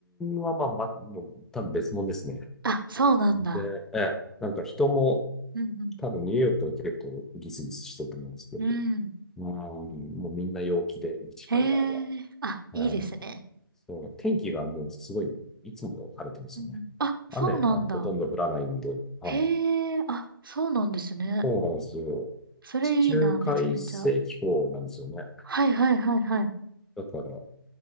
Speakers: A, in the centre; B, on the right.
A: は、まあ、ま、もう多分別物ですね。
B: あ、そうなんだ。
A: で、ええ、なんか人も、
B: うん
A: 多分ニューヨークとは結構ギスギスしてると思うんですけど、
B: うん。うん。
A: まあ、もうみんな陽気で、西海岸は。
B: へえ。あ、いいですね。
A: はい。そう、天気がもうすごい、いつも晴れてますよね。
B: うんうん。あ、そうなんだ。
A: 雨がほとんど降らないんで、はい
B: へえ。あ、そうなんですね。
A: そうなんですよ。
B: それいいな、
A: 地中海性気候なんですよね。
B: めちゃめちゃ。はいはいはいはい。
A: だから、